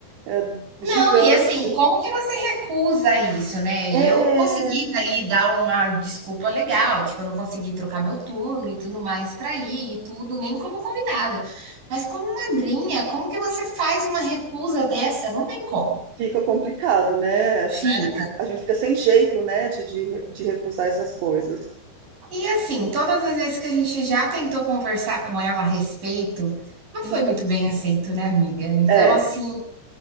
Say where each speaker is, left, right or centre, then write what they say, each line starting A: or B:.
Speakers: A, on the right; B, on the right.
A: é, gigante.
B: Não, e assim, como que você recusa isso, né?
A: É,
B: Eu consegui ali dar uma desculpa legal, tipo, eu não consegui trocar meu turno e tudo mais para ir e tudo, nem como convidada. Mas como madrinha, como que você faz uma recusa dessa? Não tem como.
A: fica complicado, né? Assim,
B: Sim.
A: a gente fica sem jeito, né, de, de, de recusar essas coisas.
B: E assim, todas as vezes que a gente já tentou conversar com ela a respeito, não foi
A: Uhum.
B: muito bem aceito, né, amiga? Então,
A: É,
B: assim,